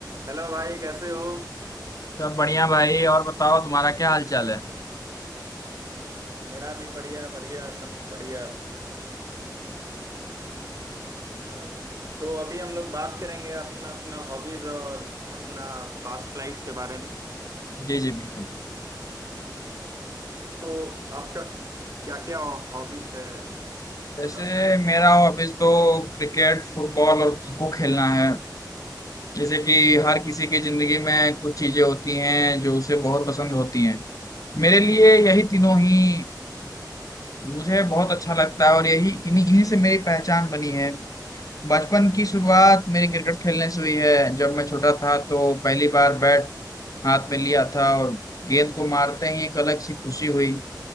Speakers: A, on the right; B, on the left.
A: Hello भाई कैसे हो
B: सब बढ़िया भाई और बताओ तुम्हारा क्या हाल चाल है
A: मेरा भी बढ़िया बढ़िया सब बढ़िया हाँ तो अभी हम लोग बात करेंगे अपना अपना हॉबीज और अपना पास्ट लाइफ के बारे में
B: जी जी बिल्कुल
A: तो आपका क्या क्या हॉबीज है
B: जैसे
A: बता सकते हो
B: मेरा हॉबीज तो क्रिकेट फुटबॉल और खो खो खेलना है जैसे कि हर किसी की जिंदगी में कुछ चीजें होती हैं जो उसे बहुत पसंद होती हैं मेरे लिए यही तीनों ही मुझे बहुत अच्छा लगता है और यही इन्हीं इन्हीं से मेरी पहचान बनी है बचपन की शुरुआत मेरी क्रिकेट खेलने से हुई है जब मैं छोटा था तो पहली बार बैट हाथ में लिया था और गेंद को मारते ही एक अलग सी खुशी हुई